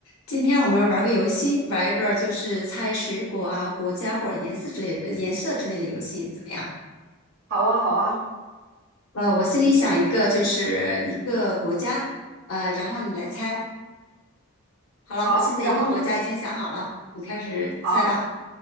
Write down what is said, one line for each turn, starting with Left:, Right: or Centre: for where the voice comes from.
Left: 今天我们玩个游戏，玩一个就是猜水果啊、国家或者颜色之类的、呃颜色之类的游戏，怎么样？
Right: 好啊，好啊，
Left: 呃，我心里想一个，就是一个国家，呃，然后你来猜。好了，
Right: 好。
Left: 我现在一个国家已经想好了，
Right: 然后你
Left: 你开始猜吧。
Right: 好，